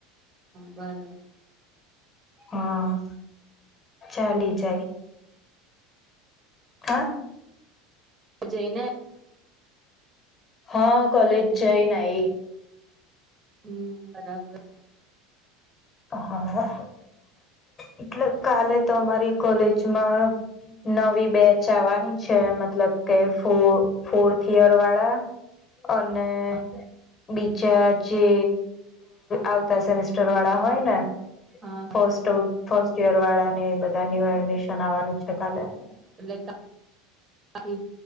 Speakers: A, on the right; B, on the left.
A: વાત
B: હા ચાલી જાય હા <unintelligible>
A: બજને <unintelligible>
B: હા કોલેજ જ નહી
A: હમ બરાબર
B: હા એટલે કાલે તો અમારી કોલેજમાં નવી બેચ આવવાની છે મતલબ કે ફૂ ફોર્થિયર વાળા અને
A: હા
B: બીજ. જે આવતા સેમેિસ્ટર વાળા હોય ને
A: હા
B: ફસ્ટ ફર્સ્ટ યર વાળા ને બધા ન્યુ એડમિશન આવવાનું છે કાલે
A: એટલેી